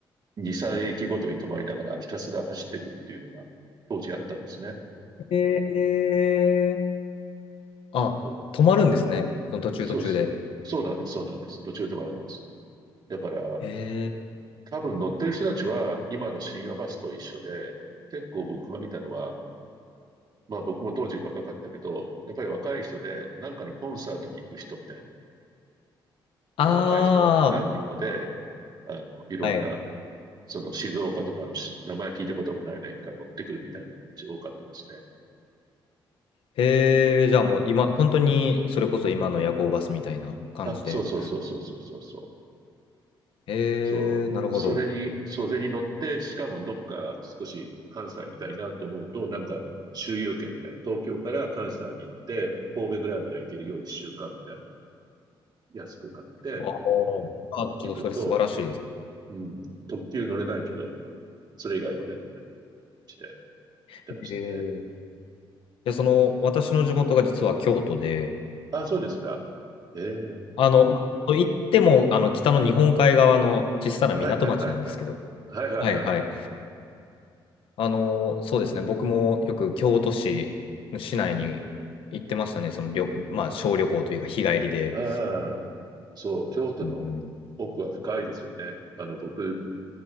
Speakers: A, on the right; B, on the left.
A: 2、3駅ごとに止まりながらひたすら走っていくっていうのが当時あったんですね。
B: えー、えーあ、
A: そう、
B: 止まるんですね。その途中途中で。
A: そうです。そうなんです、そうなんです。途中で止まるんです。だから、
B: えー、
A: 多分乗ってる人たちは今の深夜バスと一緒で、結構僕が見たのは、まあ僕も当時若かったけど、やっぱり若い人で、なんかのコンサートに行く人みたい
B: ああ、
A: な、若い人が何人もで、あの、いろんな、
B: はい。
A: その静岡とかのし名前聞いたこともないような駅から乗ってくるみたいな感じ多かったですね。
B: へえ、じゃあもう今、本当にそれこそ今の夜行バスみたいな感じで。
A: あ、そうそうそうそうそうそうそう。
B: へえ、
A: そう。
B: なるほど。
A: それに、そうそれに乗って、しかもどっか少し関西みたいなと思うと、なんか周遊券みたいな、東京から関西に行って、神戸ぐらいまで行けるよう1週間みたいなのを安く買って
B: ああ、あちょっとそれ素晴らしいです。
A: 行くと、うん、特急乗れないけど、それ以外乗れるして言ってましたね。
B: へえ。で、その、私の地元が実は京都で、
A: あ、そうですか。ええ
B: あの、まあ、と言っても、あの、北の日本海側の小さな港町なんですけど、
A: はいはいはいはい。はいはいはいはい。
B: はいはい。あの、そうですね、僕もよく京都市、市内に行ってましたね、その旅、まあ、小旅行というか、日帰りで。
A: ああ、そう、京都の奥は深いですよね。
B: うんうん、
A: あの、僕、